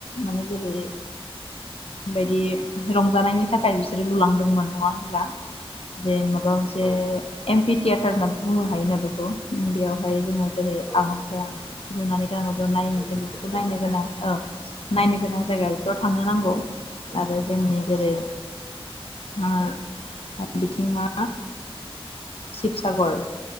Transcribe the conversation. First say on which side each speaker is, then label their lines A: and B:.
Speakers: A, on the left (about 75°); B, in the centre.
A: माने जेरै बायदि रंजानायनि थाखाय <unintelligible> बिसोरो लुलांदोंमोन नङा होनब्ला जे माबा मोनसे
B: औ
A: एमपिति होनना बुंनो हायो बेखौ बेयावहाय जोङो जेरै
B: औ
A: आहमफ्रा लुनानै गोनां नायोमोन
B: एमपि
A: जों बेफोरखौ
B: थियेटार
A: नायनो
B: औ
A: गोनां औ नायनो गोनां जायगा बेफोराव थांनो नांगौ आरो जोंनि जेरै आ बिथिं मा चिप सागर